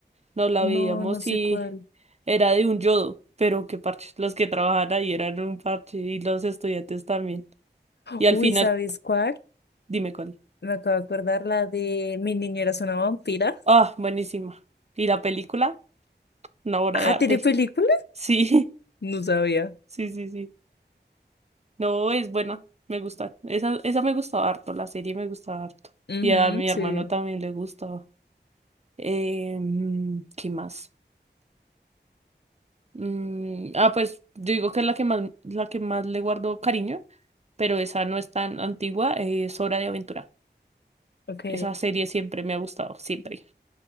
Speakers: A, on the right; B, on the left.
A: Nos la
B: no,
A: veíamos
B: no sé
A: y
B: cuál.
A: era de un yodo, pero qué parche. Los que trabajaban ahí eran un parche y los estudiantes también. Y al
B: Uy,
A: final,
B: ¿sabes cuál?
A: dime cuál.
B: Me acabo de acordar la de Mi niñera es una vampira.
A: Ah, buenísima. ¿Y la película? Una obra
B: Ah,
A: de arte.
B: ¿tiene película?
A: Sí,
B: No sabía.
A: <laughs> sí, sí, sí. No, es buena. Me gusta. Esa, esa me gustaba harto, la serie me gustaba harto.
B: Ujú,
A: Y a mi
B: sí.
A: hermano también le gustaba. Eh, mm, ¿qué más? Mm, ah, pues yo digo que es la que más, la que más le guardo cariño, pero esa no es tan antigua, eh, es Hora de Aventura.
B: Ok,
A: Esa serie siempre me ha gustado, siempre.